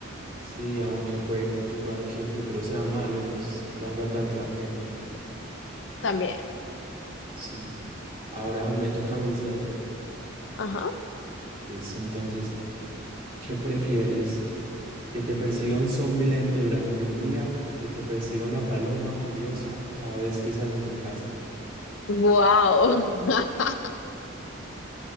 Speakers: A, on the right; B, on the left.
A: Sí, aunque puede igual que el futuro sea malo y no s- valga tanto la pena.
B: también.
A: Sí. Ahora me toca a mí, ¿cierto?
B: Ajá.
A: Listo, entonces, ¿qué prefieres? ¿Que te persiga un zombi lento durante un día o que te persiga una paloma furiosa cada vez que sales de casa?
B: Wow. <laughs>